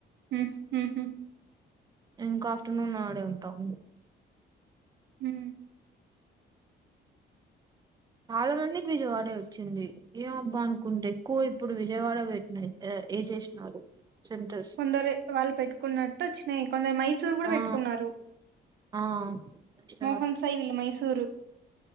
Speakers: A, on the right (about 65°); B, on the right (about 20°).
A: ఉ ఉహు
B: ఇంకా ఆఫ్టర్నూన్ ఆడే ఉంటాం
A: ఉ
B: చాలా మందికి విజయవాడే వచ్చింది ఏమబ్బా అనుకుంటే ఎక్కువ ఇప్పుడు విజయవాడ పెట్టిన ఏసేసినారు సెంటర్స్
A: కొందరు వాళ్ళు పెట్టుకున్నట్టు వచ్చినాయి కొందరు మైసూర్ కూడా
B: ఆ
A: పెట్టుకున్నారు
B: ఆ అష్ట
A: మోహన్ సై వెల్ మైసూరు